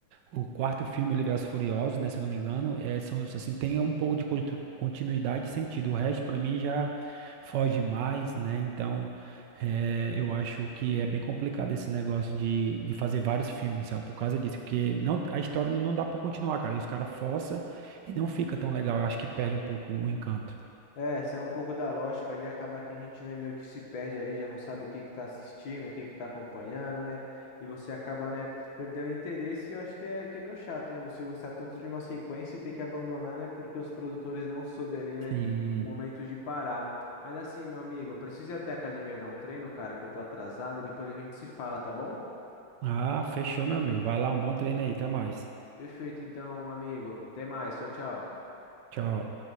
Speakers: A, on the right (about 70°); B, on the left (about 65°).
A: o quarto filme, Velozes e Furiosos, né, se eu não me engano, é, são, os, assim, tem um pouco de conti- continuidade e sentido. O resto, para mim, já foge mais, né? Então, é, eu acho que é bem complicado esse negócio de, de fazer vários filmes, sabe? Por causa disso, porque não, a história não dá para continuar, cara. E os caras forçam e não fica tão legal. Eu acho que perde um pouco o encanto.
B: É, sai um pouco da lógica ali, acaba que a gente, né, meio que se perde ali, já não sabe o que que tá assistindo, o que que tá acompanhando, né? E você acaba, né, perdendo interesse e eu acho que é, que é meio chato, né? Você gostar tanto de uma sequência e ter que abandonar, né? Porque os produtores não soube ali, né,
A: Sim.
B: o momento de parar. Mas assim, meu amigo, eu preciso ir até a academia dar um treino, cara, que eu tô atrasado e depois a gente se fala, tá bom?
A: Ah, fechou, meu amigo. Vai lá, um bom treino aí. Até mais.
B: Perfeito, então, amigo. Até mais. Tchau, tchau.
A: Tchau.